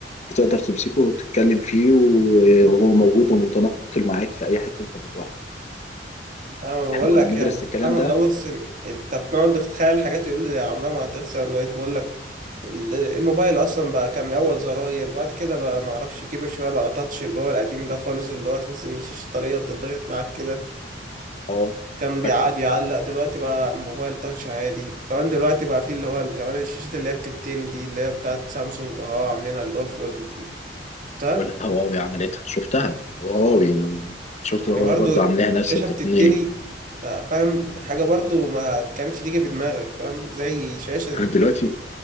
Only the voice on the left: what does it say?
بتقدر تمسكه وتتكلم فيه و- وهو موجود ومتنقل معاك في أي حتة أنت بتروحها
إحنا كنا
بندرس
الكلام
ده
أه
فاكره
والهواوي عملتها شفتها وهواوي شفت
الهواوي
برضه عاملاها نفس
التقنية
دلوقتي